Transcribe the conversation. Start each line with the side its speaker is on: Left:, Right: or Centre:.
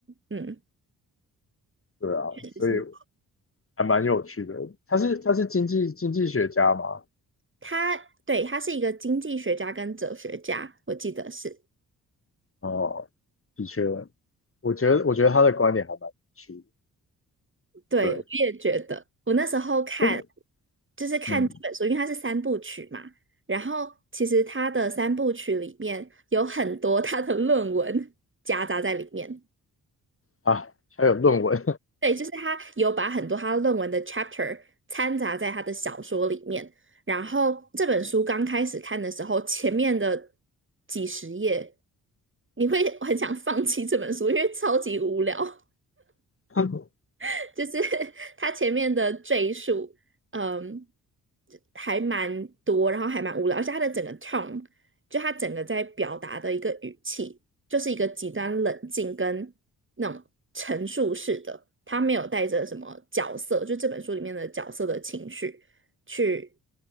Right: 嗯，
Left: 对啊，
Right: 确实是。
Left: 所以还蛮有趣的。他是他是经济经济学家嘛，
Right: 他，对，他是一个经济学家跟哲学家，我记得是。
Left: 哦，的确，我觉得我觉得他的观点还蛮有趣
Right: 对，
Left: 的，对，
Right: 我也觉得，我那时候看
Left: <laughs> 因为
Right: 就是看这本书，
Left: 嗯
Right: 因为它是三部曲嘛，然后其实它的三部曲里面有很多 <laughs> 他的论文夹杂在里面，
Left: 啊，还有论文，
Right: 对，就是他有把很多他论文的 chapter 掺杂在他的小说里面，然后这本书刚开始看的时候，前面的几十页你会很想放弃这本书，因为超级无聊。
Left: <laughs>
Right: <laughs> 就是他前面的赘述，嗯，还蛮多，然后还蛮无聊，而且他的整个 tone，就他整个在表达的一个语气，就是一个极端冷静跟那种陈述式的，他没有带着什么角色，就这本书里面的角色的情绪去